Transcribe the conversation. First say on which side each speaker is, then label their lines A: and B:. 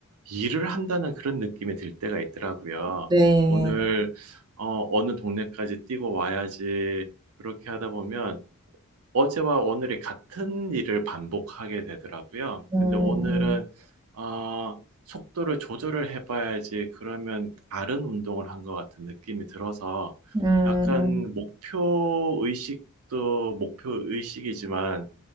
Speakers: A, on the right; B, on the right.
A: 일을 한다는 그런 느낌이 들 때가 있더라고요.
B: 네.
A: 오늘 어, 어느 동네까지 뛰고 와야지. 그렇게 하다 보면 어제와 오늘이 같은 일을 반복하게 되더라고요.
B: 음,
A: 근데 오늘은 어, 속도를 조절을 해봐야지 그러면 다른 운동을 한 것 같은 느낌이 들어서
B: 음.
A: 약간 목표 의식도 목표 의식이지만